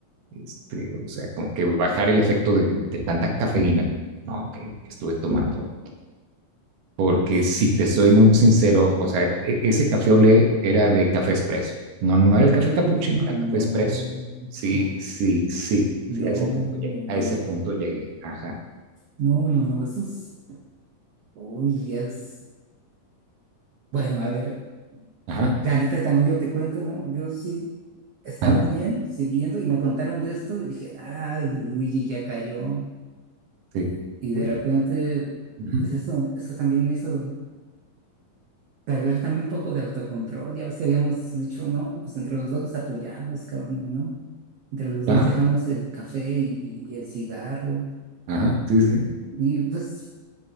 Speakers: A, on the right; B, on the right.
A: Este, o sea, como que bajar el efecto de, de tanta cafeína no, que, que, estuve tomando. Porque
B: Sí.
A: si te soy muy sincero, o sea, e- ese café olé era de café expreso. No, no era el café capuchino,
B: Uh, no,
A: era café expreso. Sí,
B: no,
A: sí, sí,
B: no,
A: sí, a ese punto llegué.
B: no,
A: A
B: no, no,
A: ese punto llegué. Ajá,
B: no, no, no, eso es... Uy, es, bueno, a ver,
A: ajá,
B: la también yo te cuento, ¿no? Yo sí estaba
A: ajá,
B: bien siguiendo y me contaron de esto y dije, ah, Luigi ya cayó.
A: sí,
B: Y de
A: sí,
B: repente,
A: ujú,
B: pues eso, eso también me hizo perder también un poco de autocontrol. Ya ves que habíamos dicho, no, pues entre los dos nos apoyamos, cabrón, ¿no? Entre los dos
A: ya,
B: dejamos el café y, y el cigarro.
A: ajá, sí, sí, sí,
B: Y pues